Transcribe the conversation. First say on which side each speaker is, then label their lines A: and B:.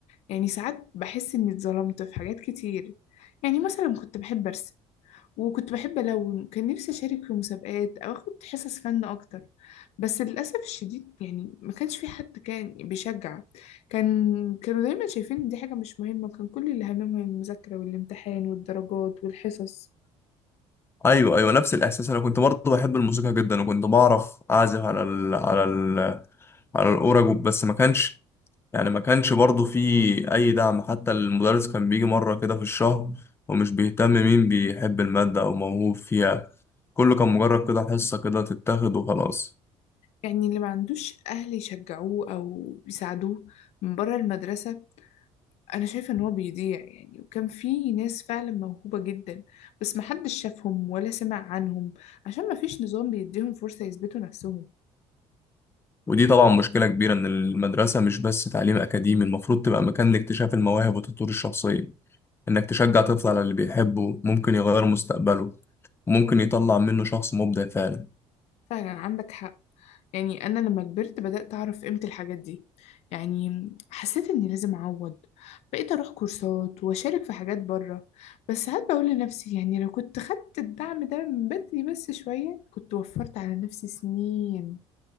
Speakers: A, on the left; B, on the left.
A: يعني ساعات بحس اني اتظلمت في حاجات كتير يعني مثلا كنت بحب ارسم وكنت بحب ألون كان نفسي أشارك في مسابقات أو أخد حصص فن أكتر بس للأسف الشديد يعني ما كانش في حد كان بيشجع كان كانوا دايما شايفين إن دي حاجة مش مهمة كان كل اللي هممهم المذاكرة والامتحان والدرجات والحصص
B: ايوه ايوه نفس الاحساس انا كنت برضه بحب الموسيقى جدا وكنت بعرف اعزف على ال على ال على الاورج بس ما كانش يعني ما كانش برضه في اي دعم حتى المدرس كان بيجي مره كده في الشهر ومش بيهتم مين بيحب الماده او موهوب فيها كله كان مجرد كده حصه كده تتاخد وخلاص
A: يعني اللي ما عندوش أهل يشجعوه أو يساعدوه من بره المدرسة أنا شايفة إن هو بيضيع يعني وكان في ناس فعلا موهوبة جدا بس محدش شافهم ولا سمع عنهم عشان مفيش نظام بيديهم فرصة يثبتوا نفسهم
B: ودي طبعا مشكله كبيره ان المدرسه مش بس تعليم اكاديمي المفروض تبقى مكان لاكتشاف المواهب والتطوير الشخصيه انك تشجع طفل على اللي بيحبه ممكن يغير مستقبله ممكن يطلع منه شخص مبدع فعلا
A: فعلا عندك حق يعني أنا لما كبرت بدأت أعرف قيمة الحاجات دي يعني حسيت إني لازم أعوض بقيت أروح كورسات وأشارك في حاجات بره بس ساعات بقول لنفسي يعني لو كنت خدت الدعم ده من بدري بس شوية كنت وفرت على نفسي سنين